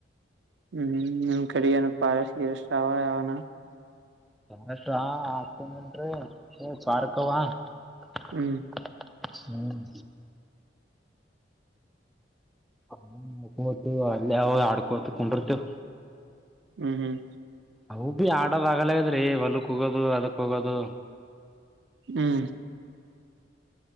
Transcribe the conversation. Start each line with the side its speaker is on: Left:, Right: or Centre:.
Right: ಹ್ಮ್ ನ ಕಡೆನ ಪಾರ ಸೀರೆಷ್ಟಾವ ಯಾವನ
Centre: ಸಸ ನ್ ಸ್ಾರ್ಕವಾ <unintelligible>
Right: ಹ್ಮ್
Centre: ಹ್ಮ್ ಹ್ಮ ಓತ ಅಲ್ಲಿ ಯವು ಆಡ್ಕೋತ ಕುೊಂಡಿರ್ತವ
Right: ಹ್ಮ್ ಹ್ಮ್
Centre: ಹೌ ಬಿ ಆಡ ಬಾಗಲ್ಲ ೀಹೊಲ್ಕ್ ಹೋಗೋದು ಅದಕ್ ಹೋಗೋದು
Right: ಹ್ಮ್